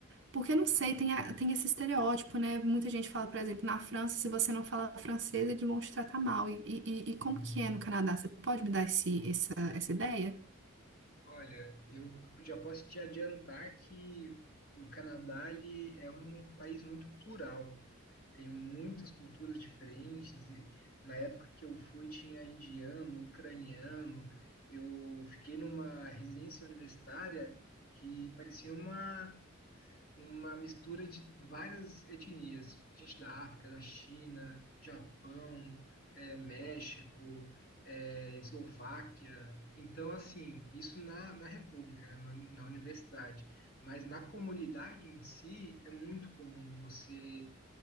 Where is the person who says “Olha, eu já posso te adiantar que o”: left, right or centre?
Left